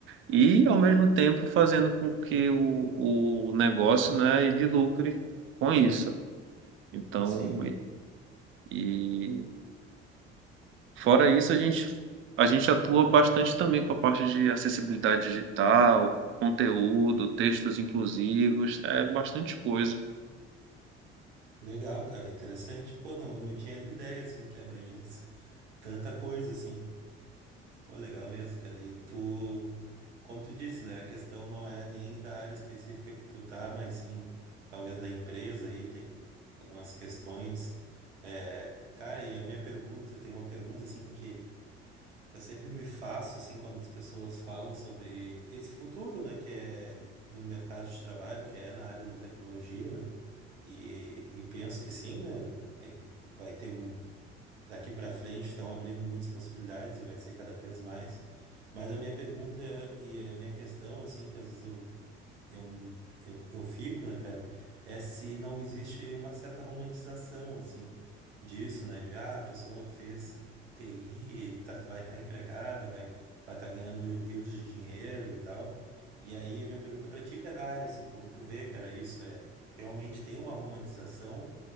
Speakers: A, on the right; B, on the right.
A: e ao mesmo tempo fazendo com que o, o negócio, né, ele lucre com isso. Então,
B: Sim.
A: e, Fora isso, a gente, a gente atua bastante também com a parte de acessibilidade digital, conteúdo, textos inclusivos, é bastante coisa.
B: Legal, cara, interessante. Pô, não, não tinha ideia, assim, que abrangesse tanta coisa, assim. Pô, legal mesmo, cara. E tu, como tu disse, né, a questão não é nem da área específica que tu tá, mas sim, talvez da empresa aí, tem algumas questões. É, cara, e a minha pergunta, tem uma pergunta, assim, que eu sempre me faço, assim, quando as pessoas falam sobre esse futuro, né, que é do mercado de trabalho, que é na área da tecnologia, né, e, e penso que sim, né, tem, vai ter, um- daqui para frente estão abrindo muitas possibilidades e vai ser cada vez mais, mas a minha pergunta e a minha questão, assim, que às vezes eu eu, eu, eu fico, né, cara? É se não existe uma certa romantização, assim, disso, né? De, ah, a pessoa fez TI, tá- vai estar empregada, vai vai estar ganhando rios de dinheiro e tal. E aí, a minha pergunta pra ti, que é da área, assim, como tu vê, cara, isso é, realmente tem uma romantização